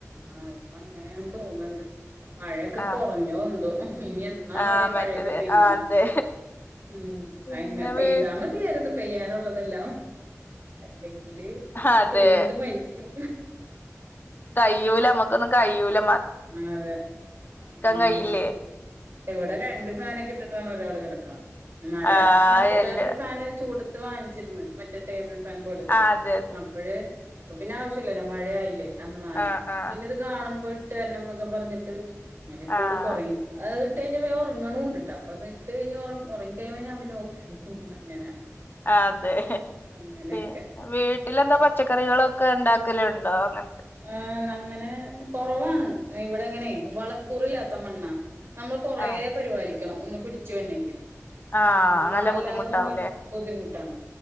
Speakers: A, on the right; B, on the left.
A: ആ ഇപ്പൊ അങ്ങനെയാണ് തോന്ന്ണ്ട് മഴയൊക്കെ
B: ആഹ്
A: കൊറഞ്ഞോ എന്തോ ഇനി എന്നാണാവോ
B: ആഹ്
A: ഈ മഴയൊക്കെ
B: മറ്റേത്
A: പെയ്യ്ണേ
B: ആഹ് അതെ
A: ഉം
B: പിന്നെ
A: അഅ ന്നെ പെയ്താ
B: വീ
A: മതിയായിരുന്ന് പെയ്യാനുള്ളതെല്ലാം അല്ലെങ്കി ല്
B: അതെ
A: ചൂട് ട് ത്ത് മരിക്കും
B: കയ്യൂല നമുക്കൊന്നും കയ്യൂല
A: ആ അതെ ആ
B: കഴിയില്ലേ
A: ഇവിടെ രണ്ട് ഫാനൊക്കെ ഇട്ടിട്ടാണ് ഒരാൾ കടക്ക്ണ ന്നാലോ
B: ആഹ്
A: മറ്റൊരു
B: എല്ല
A: വേറൊരു ഫാൻ ചൂടത്ത് വാങ്ങിച്ചിരുന്ന് മറ്റേ ടാബിൾ ഫാൻ പോലത്തെ
B: ആ അതെ അതെ
A: അപ്പൊഴ്‌ ഇപ്പ പിന്നെ ആവശ്യല്ലല്ലോ മഴ ആയില്ലേ എന്നാലും
B: ആഹ് ആഹ്
A: ഇവന് ഇത് കാണുമ്പോ ഇട്ട് തരണന്നൊക്കെ പറഞ്ഞിട്ട് ഇങ്ങനെ ഇട്ട്
B: ആഹ്
A: കൊടുക്കും ഉറങ്ങി അത് ഇട്ട് കഴിഞ്ഞ വേം ഉറങ്ങണൂണ്ട്ട്ട അപ്പൊ അത് ഇട്ട് കയിഞ്ഞ് ഉറങ്ങി കയിഞ്ഞ ഞാൻ പിന്നെ ഓഫ് ചെയ്യും അങ്ങനെ
B: അതെ
A: അങ്ങനെയൊക്കെ
B: പിന്നെ വീ ട്ട് ല്എന്താ പച്ചക്കറികളൊക്കെ ഉണ്ടാക്കല് ഉണ്ടോ അങ്ങ
A: ആ അങ്ങനെ കുറവാണ് ഇവിടെങ്ങനെ വളക്കൂറില്ലാത്ത മണ്ണാ നമ്മള് കൊറേ
B: ആ
A: പരിപാലിക്കണം ഒന്ന് പിടിച്ചു വന്നെങ്കിൽ
B: ആഹ്
A: നമ്മളോട്ല്ലാതൊന്ന്
B: നല്ല ബുദ്ധിമുട്ടാവൂലേ
A: ബുദ്ധിമുട്ടാണ്